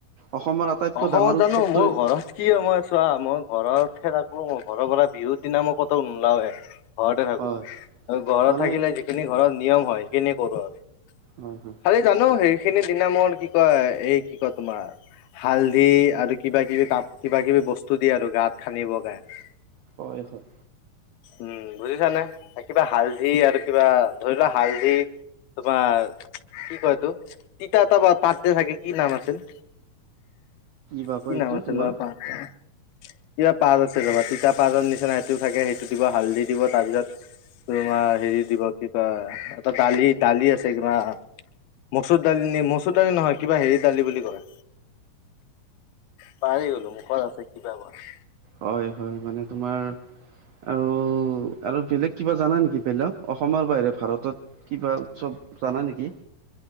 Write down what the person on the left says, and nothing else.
অসমত
জানোঁ
মোৰ ঘৰত কি হয় মই চোৱা মই ঘৰতহে থাকোঁ ঘৰৰ পৰা বিহুৰ দিনা মই কতো নোলাওৱে ঘৰতে থাকোঁ।
আৰু ঘৰত
থাকিলে যিখিনি ঘৰত নিয়ম হ'য় সেইখিনিয়ে কৰোঁ আৰু।
খালি জানোঁ সেইখিনি দিনা মোৰ কি কয় এই কি কয় তোমাৰ। হালধি আৰু কিবা কিবি তাপ কিবা কিবি বস্তু দিয়ে আৰু গাত সানিব কাৰণে।
উম বুজিছানে কিবা হালধি আৰু কিবা ধৰি লোৱা হালধি। তোমাৰ কি কয় এইতো তিতা এটা পাত যে থাকে কি নাম আছিল?
কি
নাম আছিল
পাতটো? কিবা পাত আছে চাবা তিতা পাতৰ নিচিনা সেইটো থাকে সেইটো দিব হালধি। দিব তাৰপিছত তোমাৰ হেৰি দিব কি কয় এটা দালি দালি আছে কিবা মচুৰ দালি নেমু। মচুৰ দালি নহয় কিবা হেৰি দালি বুলি কয়। পাহৰি গ'লো মুখত আছে কিবা হ'য়।